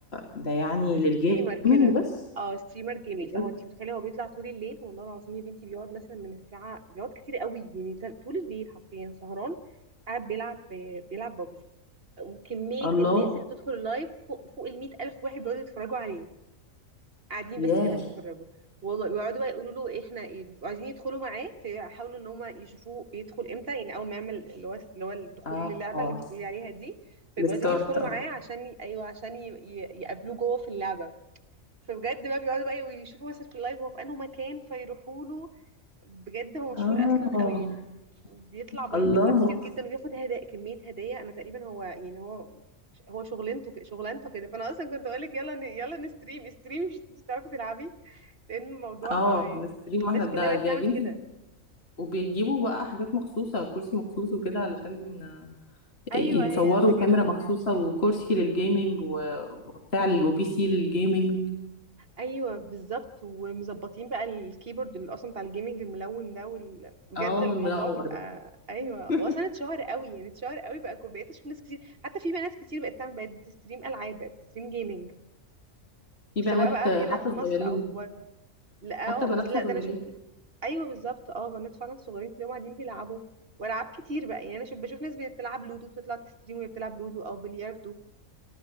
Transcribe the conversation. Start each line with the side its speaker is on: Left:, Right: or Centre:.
Left: ده يعني
Right: ده ستريمر
Left: للجيمنج
Right: كده
Left: بس
Right: اه ستريمر جيمنج
Left: بجد
Right: هو انت متخيله هو بيطلع طول الليل والله العظيم يا بنتي بيقعد مثلا من الساعه بيقعد كتير قوي يعني تل- طول الليل حرفيا سهران قاعد بيلعب بيلعب بابجي وكميه
Left: الله
Right: الناس اللي بتدخل اللايف فوق فوق ال 100000 الف واحد بيقعدوا يتفرجوا عليه قاعدين بس
Left: ياه
Right: كده بيتفرجوا والله بيقعدوا بقى يقولوا له إيه، احنا إيه، بيبقوا عايزين يدخلوا معاه فيحاولوا ان هم يشوفوه بيدخل امتى يعني اول ما يعمل اللي هو اللي هو الدخول
Left: اه
Right: للعبه اللي انت بتقولي عليها دي فيبقوا
Left: الستارت
Right: عايزين يدخلوا
Left: اه
Right: معاه عشان ي- ايوه عشان ي- ي- يقابلوه جوه في اللعبه فبجد بقى بيقعدوا بقى ويشوفوا مثلا في اللايف هو في انه مكان فيروحوا له بجد هو
Left: اه
Right: مشهور اصلا قوي بيطلع بالك
Left: الله
Right: بيطلع كتير جدا وبياخد هدايا كمية هدايا انا تقريبا هو يعني هو هو شغلانته ك- شغلانته كده فانا اصلا كنت اقول لك يلا ن- يلا نستريم استريم مش مش هتعرفي تلعبي لان الموضوع
Left: اه نستريم واحنا
Right: الناس
Left: ده
Right: كلها
Left: ده
Right: بقت تعمل
Left: يا بنتي
Right: كده
Left: وبيجيبوا بقى حاجات مخصوصه كرسي مخصوص وكده علشان
Right: ايوه
Left: يتصوروا
Right: هي الحاجات
Left: كاميرا
Right: دي
Left: مخصوصة وكرسي للجيمنج و- وبتاع لل- وبي سي للجيمنج
Right: ايوه بالظبط ومظبطين بقى الكيبورد اللي اصلا بتاع الجيمنج الملون ده وال... بجد
Left: اه
Right: الموضوع
Left: المنور
Right: بيبقى
Left: ده
Right: ايوه
Left: <laughs>
Right: واصلا اتشهر قوي يعني اتشهر قوي بقى كو- بقيت اشوف ناس كتير حتى في بنات كتير بقت تعمل بقت بتستريم العاب بقت بتستريم جيمنج
Left: في
Right: سواء
Left: بنات
Right: بقى
Left: حتى
Right: هنا في
Left: صغيرين
Right: مصر او في بره لا
Left: حتى
Right: اه
Left: بنات
Right: بس
Left: صغيرين
Right: لا ده انا شفت ايوه بالظبط اه بنات فعلا صغيرين تلاقيهم قاعدين بيلعبوا والعاب كتير بقى يعني انا شوف بشوف ناس بتلعب لودو بتطلع تستريم وهي بتلعب لودو او بلياردو